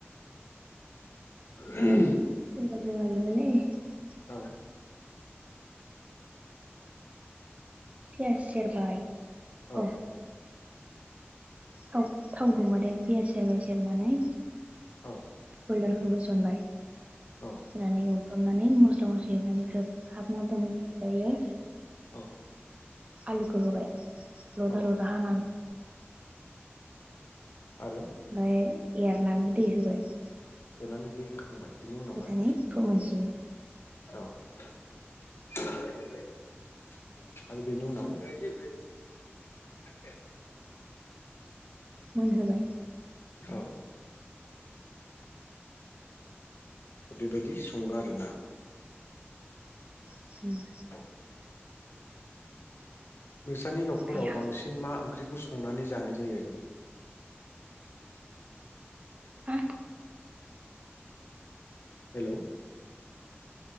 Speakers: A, on the left; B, on the right.
A: <unintelligible>
B: <unintelligible>
A: औ
B: पियास सेरबाय
A: औ
B: अ थाव थाव दुंबाथाय पियास सेरबाय सेरनानै
A: औ
B: बइलारखौ होसनबाय
A: औ
B: रानिगौ हाबनानै मस्ला मस्लि होनरनानै खोब हाबना दोनबाय ओमफ्रायो
A: औ
B: आलुखौ होबाय लदा
A: औ
B: लदा हानानै
A: आरो
B: ओमफ्राय एरनानै दै होबाय
A: देनानै दै होखांबाय बेनि उनावहाय
B: होनानै फोमोनसिगोन
A: <unintelligible> आरो बेनि उनाव <unintelligible>
B: मोनहोबाय
A: औ बेबायदि सङो आरोना
B: <inaudible>
A: <unintelligible> नोंसोरनि न'खराव
B: आया
A: बांसिन मा ओंख्रि खौ संनानै जानाय जायो आरो
B: आ
A: हेलौ